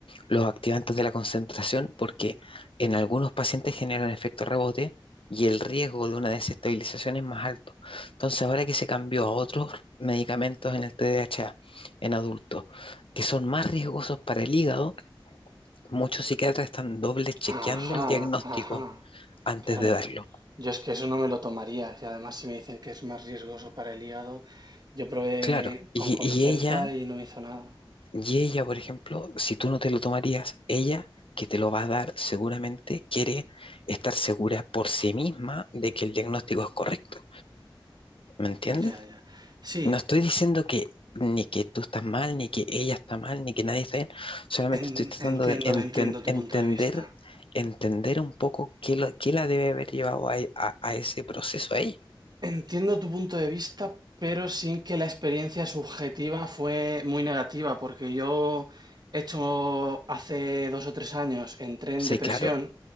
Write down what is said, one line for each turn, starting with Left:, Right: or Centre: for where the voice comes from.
Left: los activantes de la concentración porque en algunos pacientes generan efecto rebote y el riesgo de una desestabilización es más alto. Entonces, ahora que se cambió a otros medicamentos en el TDAH en adultos que son más riesgosos para el hígado, muchos psiquiatras están doble chequeando
Right: Ajá,
Left: el diagnóstico
Right: ajá.
Left: antes
Right: Claro,
Left: de darlo.
Right: Yo es que eso no me lo tomaría. Y además, si me dicen que es más riesgoso para el hígado, yo probé
Left: Claro, y,
Right: con Concerta
Left: y ella
Right: y no hizo nada.
Left: Y ella, por ejemplo, si tú no te lo tomarías, ella que te lo va a dar seguramente quiere estar segura por sí misma de que el diagnóstico es correcto. ¿Me entiendes?
Right: Ya, ya. Sí,
Left: No estoy diciendo que ni que tú estás mal, ni que ella está mal, ni que nadie está bien. Solamente
Right: en-
Left: estoy tratando
Right: entiendo,
Left: de enten-
Right: entiendo tu
Left: entender,
Right: punto de vista.
Left: entender un poco qué, lo- qué la debe haber llevado a, e- a- a ese proceso a ella.
Right: Entiendo tu punto de vista, pero sin que la experiencia subjetiva fue muy negativa, porque yo he hecho hace dos o tres años, entré en
Left: Sí,
Right: depresión,
Left: claro.